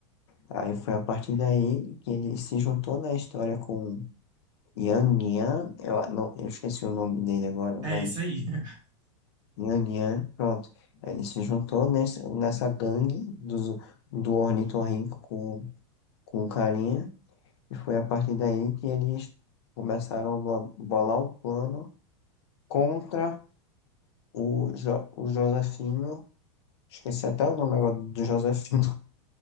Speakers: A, on the left; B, on the right.
A: Aí foi a partir daí que ele se juntou na história com Yang Yan, eu, ah, não, eu esqueci o nome dele agora,
B: É
A: mas
B: isso aí. <laughs>
A: Yang Yan, pronto. Aí Ele se juntou nesse, nessa gangue do, do ornitorrinco com, com o carinha, e foi a partir daí que eles começaram a bo- bolar um plano contra o, jo, o Josefino, esqueci até o nome agora do Josefino.